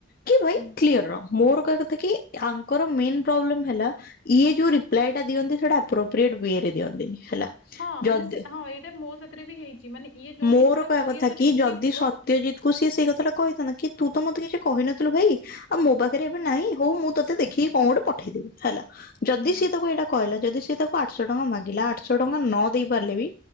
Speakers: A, on the left; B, on the left.
A: କି ଭାଇ
B: ହୁଁ।
A: କ୍ଲିୟର ରହ ମୋର କି ଆଙ୍କର ମେ ପ୍ରୋବ୍ଲେମ ହେଲା ଇଏ ଯୋଉ ରିପ୍ଲାଏ ଟା ଦିଅନ୍ତି ସେଟାପୋପ୍ରିଟ ୱରେ ଯଦି ହେଲା
B: ହଁ, ମାନେ
A: ଯିଦି
B: ସେ ହଁ, ଏଇଟା ମୋ ସାଥିରେ ବି ହେଇଛି। ମାନେ ଇଏ ଯୋଉ
A: ମୋର
B: ଜିନିଷଟା
A: କହିବା କଥା
B: ସେଠି
A: କି
B: ଉଚିତ
A: ଯଦି
B: ଥିବ
A: ସତ୍ୟଜିତ
B: ସେଠି
A: କୁ ସିଏ ସେଇ କଥା ଟା କହିଥାନ୍ତା କି ତୁ ତ ମତେ ତ କିଛି କହିନଥିଲୁ ଭାଇ ଆଉ ମୋ ପାଖରେ ଏବେ ନାହିଁ ହଉ ମୁଁ ତୋତେ ଦେଖିକି କଣ ଗୋଟେ ପଠେଇଦେବି ହେଲା ଯଦି
B: ହୁଁ,
A: ସିଏ ତାକୁ ଏଇଟା କହିଲା ଯଦି ସିଏ ତାକୁ ଆଠଶହ ଟଙ୍କା ମାଗିଲା ଆଠଶହ ଟଙ୍କା ନ ଦେଇ ପାରିଲେ ବି